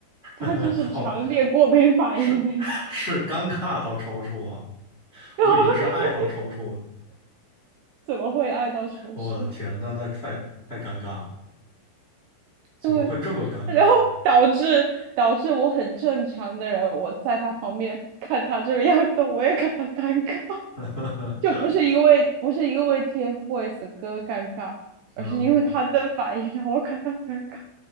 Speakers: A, on the left (about 50°); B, on the right (about 80°).
A: <laughs>
B: 他就是强烈过敏反应那种。
A: 哦，是 <laughs> 是尴尬到抽搐啊！
B: <laughs>
A: 我以为是爱到抽搐呢。
B: 对怎么会爱到抽搐？
A: 我的天，那那太太尴尬了，怎么会这么尴尬呀？
B: 对。然后导致导致我很正常的人，我在他旁边看他这个样子，我也感到尴尬，
A: <laughs>
B: 就不是因为不是因为 TFBOYS 的歌尴尬，
A: 嗯，
B: 而是因为他的反应让我感到尴尬。